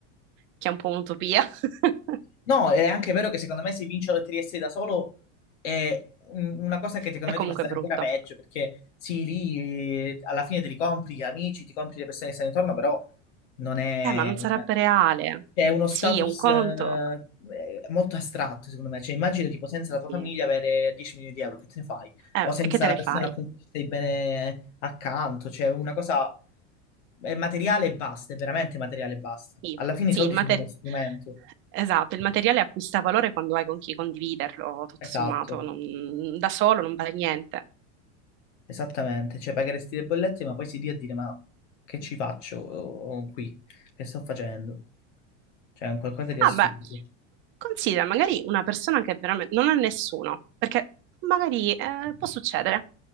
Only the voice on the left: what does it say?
No, è anche vero che secondo me se vince la Lotteria 6 da solo è un- una cosa che secondo
me
ti fa stare
ancora peggio, perché sì, lì eh, alla fine te li compri gli amici, ti compri le persone che stanno intorno, però non è...
un-
È uno
status
eh, eh, molto astratto, secondo me. Cioè, immagina tipo senza la tua
famiglia avere 10 milioni di euro, che te ne fai?
O senza
la
persona
a cui stai bene accanto. Cioè, una cosa è materiale e basta, è veramente materiale e basta.
Alla fine
i soldi
sono uno strumento.
Esatto,
esattamente, cioè pagheresti le bollette ma poi si lì a dire ma che ci faccio oh, qui, che sto facendo? Cioè è un qualcosa di
assurdo.